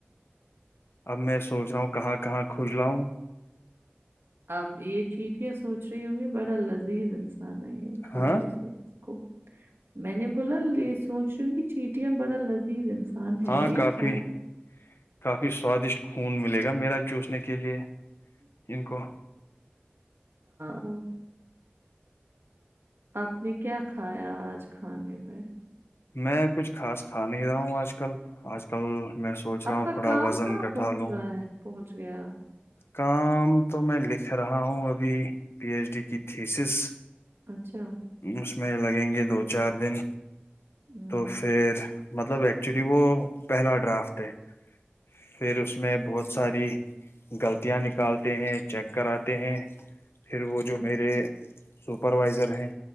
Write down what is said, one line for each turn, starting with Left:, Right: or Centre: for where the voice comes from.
Left: اب میں سوچ رہا ہوں کہاں کہاں کھجلا ہ
Right: اب یہ چٹیٹیا سوچ رہی ہوں گی بڑا لذیذ انسان ا ہے کھا
Left: ہاں
Right: لیتے ہیں اس کو میں نے بولا یہ سوچ رہی ہوں کہ چیٹیاں بڑا لذیذ ہے کون ہے
Left: ہاں
Right: یہ
Left: کافی
Right: کون
Left: کافی سوادشٹ خون ملے گا میرا چوسنے کے لیے ان کو
Right: ہاں آپ نے کیا کھایا آج کھانے میں؟
Left: میں کچھ خاص کھا نہیں رہا ہوں آج کل آج کل میں سوچ رہا
Right: آپ
Left: ہوں
Right: کا
Left: تھوڑا
Right: کام
Left: وزن
Right: کہاں
Left: گٹھا
Right: پہنچ
Left: لوں
Right: رہا ہے پہنچ گیا
Left: کام تو میں لکھ رہا ہوں ابھی پی ایچ ڈی کی تھیسس
Right: اچھا
Left: اس میں لگ لگیں گے دو چار دن
Right: ہوں
Left: تو پھر مطلب ایکچولی وہ پہلا ڈرافٹ ہے پھر اس میں بہت ساری غلطیاں نکالتے ہیں چیک کراتے ہیں پھر وہ جو
Right: ہوں
Left: میرے سپروائزر ہیں